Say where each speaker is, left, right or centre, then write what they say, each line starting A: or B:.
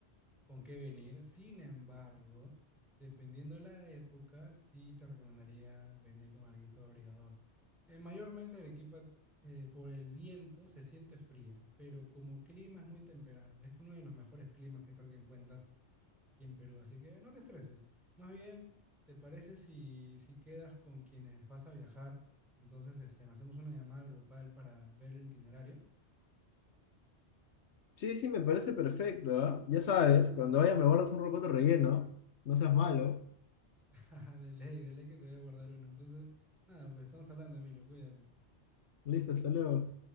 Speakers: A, in the centre; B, on the left.
A: con qué venir. Sin embargo, dependiendo de la época, sí te recomendaría venir con alguito abrigador. Eh, mayormente Arequipa, eh, por el viento, se siente fría, pero como clima es muy temperado. Es uno de los mejores climas que creo que encuentras aquí en Perú, así que no te estreses. Más bien, ¿te parece si, si quedas con quienes vas a viajar? Entonces, este, hacemos una llamada grupal para ver el itinerario.
B: Sí, sí, me parece perfecto, ¿ah? Ya sabes, cuando vaya me guardas un rocoto relleno. No seas malo.
A: <laughs> De ley, de ley que te voy a guardar uno. Entonces, nada, pues estamos hablando, Emilio, cuídate.
B: Listo, hasta luego.